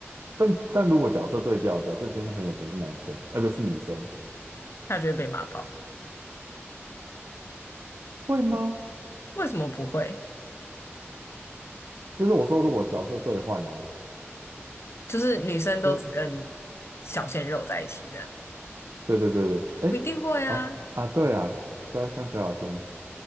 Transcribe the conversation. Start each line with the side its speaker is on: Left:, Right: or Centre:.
Right: 但但如果角色对调，假设今天很有钱是男生，哎、不是女生，
Left: 他就会被骂爆。
Right: 会吗？
Left: 为什么不会？
Right: 就是我说如果角色兑换哦，
Left: 就是女生都只跟小鲜肉在一起这样，
Right: 就是对对对对，哎、
Left: 一定会啊，
Right: 啊啊对啊，像像萧亚轩